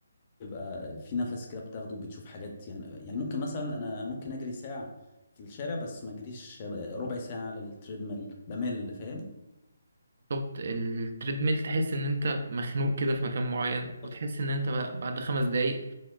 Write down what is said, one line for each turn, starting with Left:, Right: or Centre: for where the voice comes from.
Left: بيبقى في نفس كده بتاخده وبتشوف حاجات يعني يعني ممكن مثلا انا ممكن اجري ساعه في الشارع بس ما اجريش ربع ساعه على التريدميل بمل فاهم
Right: بالظبط التريدميل تحس ان انت مخنوق كده في مكان معين وتحس
Left: بالظبط.
Right: ان انت بقى- بعد خمس دقايق